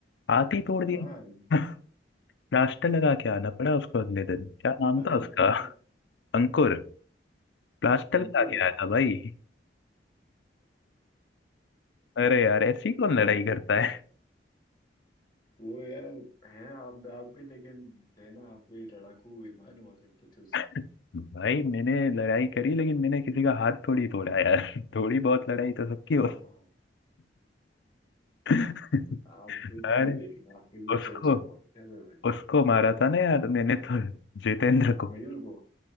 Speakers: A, on the left; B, on the left.
A: हाथी तोड़
B: हाँ
A: दिया <laughs> प्लास्टर लगा के आना पड़ा उसको अगले दिन क्या नाम
B: <laughs>
A: था उसका अंकुर प्लास्टर
B: अंकुरदाय
A: लगा के आया था भाई अरे यार ऐसी
B: खतरनाक
A: कौन लड़ाई करता
B: यार
A: है
B: वो यार है आप आप भी लेकिन थे ना आप भी लड़ाकू विमान हुआ करते थे उस
A: <laughs> भाई मैंने लड़ाई करी लेकिन मैंने किसी का हाथ थोड़ी तोड़ा यार <laughs> थोड़ी बहुत लड़ाई तो सबकी
B: हाँ
A: हो <laughs>
B: आप भी
A: अरे
B: थे लेकिन आपके भी
A: उसको
B: चर्चे बहुत थे अबे भाई
A: उसको मारा था ना यार मैंने तो जितेंद्र को
B: मयूर को